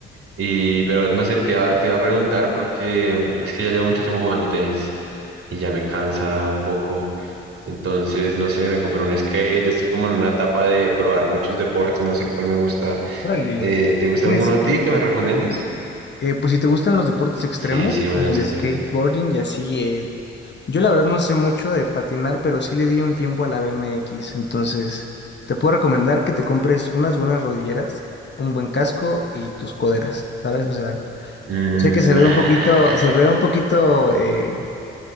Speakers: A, on the right (about 50°); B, on the left (about 35°).
A: Y, pero no sé, te iba, te iba a preguntar porque mm, es que ya llevo mucho tiempo jugando tenis y ya me cansa un poco. Entonces, no sé, me compré un skate, estoy como en una etapa de probar muchos deportes, no sé cuál me gusta.
B: Órale,
A: Eh, ¿te gusta
B: un
A: alguno
B: skate.
A: a ti que me recomiendes?
B: Eh, pues si te gustan los deportes extremos,
A: Sí, sí,
B: como
A: uno es
B: el
A: que...
B: skateboarding y así, eh, yo la verdad no sé mucho de patinar, pero sí le di un tiempo a la BMX. Entonces, te puedo recomendar que te compres unas buenas rodilleras, un buen casco y tus coderas, ¿sabes? O sea,
A: Nah.
B: yo sé que se ve un poquito, se ve un poquito, eh,